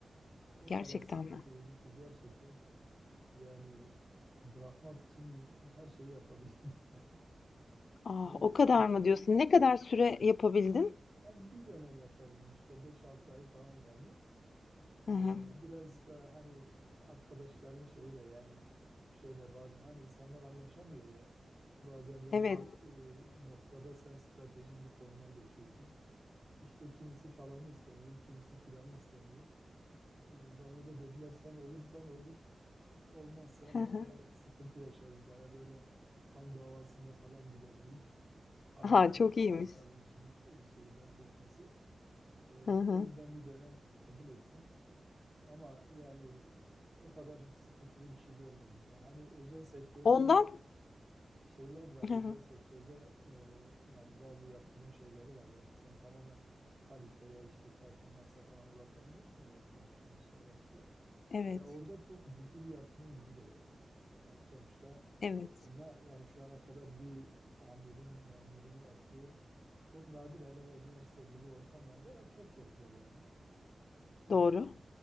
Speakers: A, on the right; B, on the left.
A: O
B: Gerçekten
A: kadar sıkıntılıydı
B: mi?
A: ki gerçekten yani bırakmak için her şeyi yapabilirdim. <laughs>
B: Ah,
A: E,
B: o kadar
A: Çünkü
B: mı diyorsun? Ne kadar süre yapabildin?
A: yani bir dönem yapabildim işte 5-6 ay falan yani. Ee,
B: Hı hı.
A: biraz da hani arkadaşların şeyiyle yani şöyle bazen hani insanlar anlaşamıyor ya. Bazen böyle
B: Evet.
A: o e, noktada sen stratejik bir konuma geçiyorsun. İşte kimisi falanı istemiyor, kimisi filanı istemiyor. Ee, bana da dediler sen olursan olur, olmazsan
B: Hı
A: işte
B: hı.
A: sıkıntı yaşarız. Baya böyle kan davasına falan gider bu iş. Kan
B: A,
A: davası
B: çok
A: derken
B: iyiymiş.
A: tabii işin e, şeyi benzetmesi. Ee,
B: Hı hı.
A: o yüzden bir dönem kabul ettim. Ama yani o kadar sıkıntılı bir şey görmedim ya. Hani özel sektörde
B: Ondan
A: yine şeyler var. Özel
B: Hı hı.
A: sektörde e, yani bazı yaptırım şeyleri var. Yani sen tamamen kaliteye işte performansa falan odaklanıyorsun ya hep konuştuğumuz şeyler işte.
B: Evet,
A: Ya orada çok ciddi bir yaptırım gücü de yok. Yani sonuçta
B: evet.
A: ne yani şu ana kadar bir amirin memurunu attığı çok nadir hele hele üniversite gibi ortamlarda çok çok zor yani. Ee,
B: Doğru.